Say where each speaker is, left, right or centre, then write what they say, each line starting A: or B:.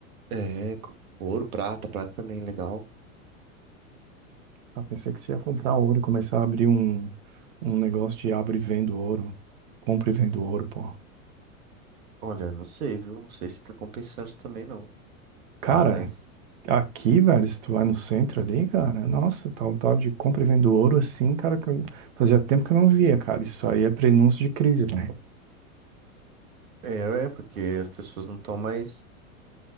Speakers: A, on the right (about 75°); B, on the right (about 60°).
A: É, ouro, prata, prata também é legal.
B: Ah, pensei que você ia comprar ouro e começar a abrir um, um negócio de abre e vendo ouro, compra e vendo ouro, pô.
A: Olha, eu não sei, viu? Não sei se tá compensando também não.
B: Cara,
A: Mas
B: Aqui, velho, se tu vai no centro ali, cara, nossa, tá um tal de compra e vendo ouro assim, cara, que eu- fazia tempo que eu não via, cara. Isso aí é prenúncio de crise, velho.
A: é, é porque as pessoas não estão mais